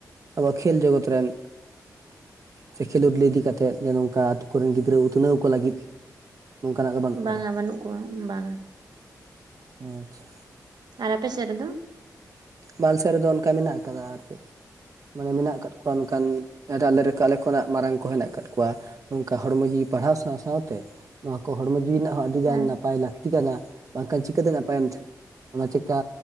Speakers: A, on the right (about 50°); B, on the right (about 75°).
A: ᱟᱵᱚᱣᱟᱜ ᱠᱷᱮᱞ ᱡᱚᱜᱚᱛ ᱨᱮᱱᱼᱼ ᱥᱮ ᱠᱷᱮᱞᱳᱰ ᱞᱮ ᱤᱫᱤ ᱠᱟᱛᱮᱜ ᱡᱮ ᱱᱚᱝᱠᱟ ᱟᱛᱳ ᱠᱚ ᱨᱮᱱ ᱜᱤᱫᱽᱨᱟᱹᱼᱼ ᱩᱛᱱᱟᱹᱣ ᱠᱚ ᱞᱟᱹᱜᱤᱫ ᱱᱚᱝᱠᱟ ᱱᱟᱜ ᱫᱚ ᱵᱟᱹᱱᱩᱜ
B: ᱵᱟᱝᱟ
A: ᱠᱟᱫᱟ
B: ᱵᱟᱹᱱᱩᱜ ᱠᱚᱣᱟ ᱵᱟᱝᱟ
A: ᱚ ᱟᱪᱪᱷᱟ
B: ᱟᱨ ᱟᱯᱮ ᱥᱮᱫ ᱨᱮ ᱫᱚᱼᱼ
A: ᱵᱟᱞ ᱥᱮᱫ ᱨᱮ ᱫᱚ ᱚᱱᱠᱟ ᱢᱮᱱᱟᱜ ᱟᱠᱟᱫᱟ ᱟᱨ ᱪᱮᱫᱼᱼ ᱢᱟᱱᱮ ᱢᱮᱱᱟᱜ ᱟᱠᱟᱫ ᱠᱚᱣᱟ ᱱᱚᱝᱠᱟᱱ ᱟᱞᱮ ᱟᱞᱮ ᱠᱷᱚᱱᱟᱜ ᱢᱟᱨᱟᱝ ᱠᱚ ᱦᱮᱱᱟᱜ ᱟᱠᱟᱫ ᱠᱚᱣᱟ ᱱᱚᱝᱠᱟ ᱦᱚᱲᱢᱚ ᱡᱤᱣᱤ ᱯᱟᱲᱦᱟᱣ ᱥᱟᱶ ᱥᱟᱶ ᱛᱮ ᱱᱚᱣᱟ ᱠᱚ ᱦᱚᱲᱢᱚ ᱡᱤᱣᱤ ᱨᱮᱱᱟᱜ ᱦᱚᱸ ᱟᱹᱰᱤ
B: ᱦᱮᱸ
A: ᱜᱟᱱ ᱱᱟᱯᱟᱭ ᱞᱟᱠᱛᱤᱼᱼ <unintelligible> ᱠᱟᱱᱟ ᱵᱟᱝ ᱠᱷᱟᱱ ᱪᱤᱠᱟᱹ ᱛᱮ ᱱᱟᱯᱟᱭ ᱮᱢ ᱛᱟᱦᱮᱱᱟ ᱚᱱᱟ ᱪᱤᱠᱟ